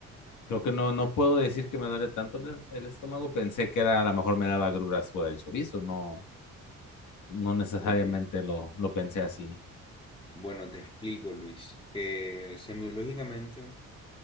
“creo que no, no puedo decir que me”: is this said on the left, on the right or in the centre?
Left